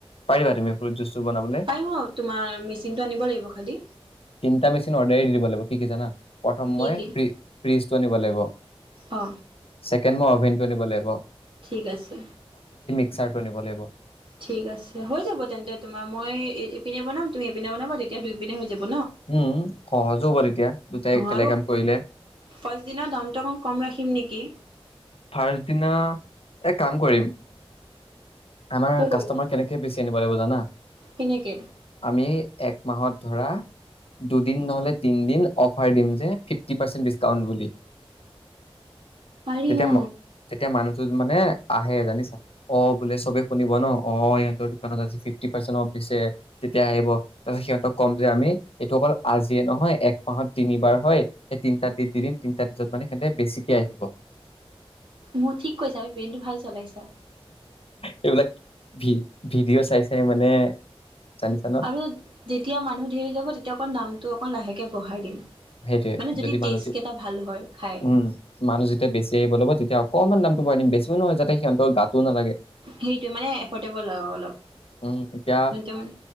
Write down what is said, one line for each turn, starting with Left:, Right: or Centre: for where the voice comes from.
Left: পাৰিবা তুমি ফ্ৰুট জুচটো বনাবলৈ
Right: পাৰম অঁ তোমাৰ মেচিনটো আনিব লাগিব খালি
Left: তিনটা মেচিন অদাৰে দি দিব লাগিব কি কি জানা প্ৰথম
Right: কি
Left: মই
Right: কি
Left: ফ্ৰীচটো আনিব লাগিব
Right: অ
Left: ছেকেণ্ড মই অভেন নিব লাগিব
Right: ঠিক আছে
Left: নিব লাগিব
Right: ঠিক আছে হৈ যাব তেন্তে তোমাৰ মই ইপিনে বনাম তুমি ইপিনে বনাব তেতিয়া দুই পিনে হৈ যাব
Left: উম সহজো হ'ব তেতিয়া দুটাই একেলগে
Right: আৰু
Left: কাম কৰিলে
Right: প্ৰথম দিনা দামটো অকন কম ৰাখিম নেকি কি
Left: ফাৰ্ষ্ট দিনা এক কাম কৰিম আমাৰ
Right: কি কৰিবা
Left: কাষ্টমাৰ কেনেকে বেছি আনিম চলাব জানা।
Right: কেনেকে
Left: আমি এক মাহত ধৰা দুদিন নহ'লে তিনিদিন অ'ফাৰ দিম যে ফিফটি পাৰ্চেণ্ট ডিছকাউণ্ট বুলি।
Right: পাৰি
Left: তেতিয়া
Right: অ
Left: তেতিয়া মানুহ ত মানে আহে জানিছা অ। বোলে চবে শুনিব ন অ সিহঁতৰ দোকানত আজি ফিফটি পাৰ্চেণ্ট অফ দিছে তেতিয়া আহিব তাৰ পিছত সিহঁতক ক'ম যে আমি এইটো অকল আজিয়ে নহয় এক মাহত তিনিবাৰ হয় এই তিনটা ডেট দি দিম তিনটা ডেটত মানে সিহঁতে বেছিকে আহিব।
Right: মোৰ ঠিক কৈছাি ব্ৰেইন টো ভাল চলাইছে।
Left: এইবিলাক ভি ভিডিঅ' চাই চাই মানে। জানিছা ন
Right: আৰু যেতিয়া মানুহ দেৰি যাব তেতিয়া অকণ দামটো অকণ লাহে। তেতিয়া বঢ়াই দিম
Left: সেইটোয়ে
Right: মানে
Left: যদি
Right: টেষ্ট
Left: মানুহটো
Right: কেইটা ভাল হয় খাই
Left: উম মানুহ যেতিয়া বেছি আহিব ল'ব তেতিয়া অকমান দাম। ম বেছি নহয় যতে সিহঁৰ গাটো নালাগে
Right: সেইটোৱে মানে এফৰ্ডেবল আৰু অলপ
Left: উম এতিয়া
Right: যোনটো মানে